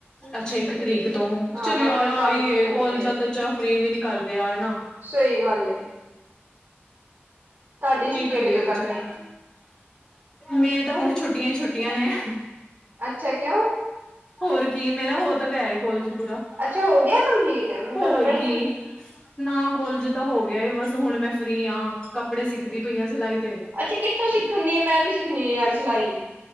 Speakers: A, on the left; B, on the right.
A: ਅੱਛਾ ਇੱਕ ਤਰੀਕ ਤੋਂ
B: ਹਾਂ
A: ਚਲ
B: ਬਾਕੀ
A: ਯਾਰ
B: ਉਹ
A: ਆ
B: ਕੰਮ
A: ਈ
B: ਕੁਮ
A: ਰੇ
B: ਕਰਨ
A: ਕੋਲਜਾ
B: ਡਿਆ
A: ਤੇ ਚਾ ਫਰੀ ਵੀ ਨੀ ਕਰਦੇ ਆ ਹੈਨਾ।
B: ਸਹੀ ਗੱਲ ਏ। ਤੁਹਾਡੀ ਛੁੱਟੀਆਂ
A: ਕੀ ਕਰੀਏ
B: ਕਦੋਂ
A: ਵਿਚਾਰੇ,
B: ਤੱਕ ਨੇ
A: ਮੇਰੀ ਤਾਂ ਹੁਣ ਛੁੱਟੀਆਂ ਹੀ ਛੁੱਟੀਆਂ ਨੇ।
B: ਅੱਛਾ, ਕਿਉਂ
A: ਹੋਰ ਕੀ, ਮੇਰਾ ਹੋ ਤਾਂ ਗਿਆ ਏ ਕੋਲਜ ਪੂਰਾ।
B: ਅੱਛਾ ਹੋ ਗਿਆ ਕੰਪਲੀਟ, ਮੈਨੂੰ
A: ਹੋਰ
B: ਤਾਂ ਪਤਾ ਹੀ
A: ਕੀ
B: ਨਹੀਂ ਸੀ।
A: ਨਾ ਕੋਲਜ ਤਾਂ ਹੋ ਗਿਆ। ਬਸ ਹੁਣ ਮੈਂ ਫ੍ਰਰੀ ਹਾਂ। ਕੱਪੜੇ ਸਿੱਖਦੀ ਪਈ ਹਾਂ ਸਿਲਾਈ ਦੇ।
B: ਅੱਛਾ ਕਿੱਥੋਂ ਸਿੱਖਣ ਦੀ ਆ, ਮੈਂ ਵੀ ਸਿੱਖਣੀ ਹੈ ਯਾਰ ਸਿਲਾਈ।